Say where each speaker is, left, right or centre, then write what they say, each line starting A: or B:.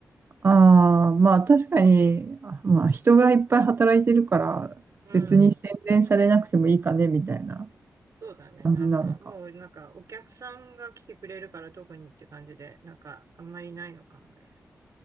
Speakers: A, on the right; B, on the right.
A: ああ、まあ確かに、あまあ人がいっぱい働いてるから、
B: うん。
A: 別に洗練されなくてもいいかね、みたいな
B: そうだね。
A: 感じなのか。
B: なんか、もうなんか、お客さんが来てくれるから特にって感じで、なんか、あんまりないのかもね。